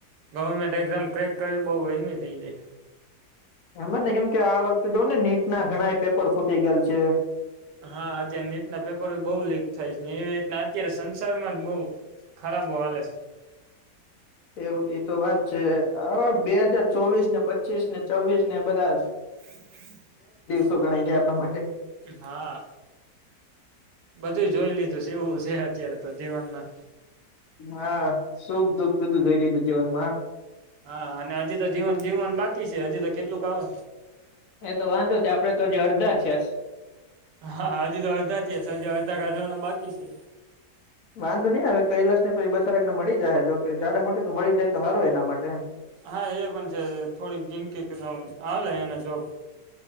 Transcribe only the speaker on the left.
એમ જ ને કેમ કે આ વખતે દઉ ને નીટના ઘણા એ પેપર ફૂટી ગયેલ છે.
<inaudible> એવું એતો વાત છે હવે બે હાજાર ચોવીસ ને પચીસ ને ચવવીસ ને બધા
તો ગણાય ગયા આપણા માટે.
હા સુખ દુખ બધું જોઈ લીધું જીવનમાં.
એતો વાંધો છે આપડે તો જ અડધા છે.
વાંધો નહી હવે કઈ કૈલાશ ને પછી બસારને મળી જાય જો જાડે મોટી તો મળી જાય તો સારું એના માટે એમ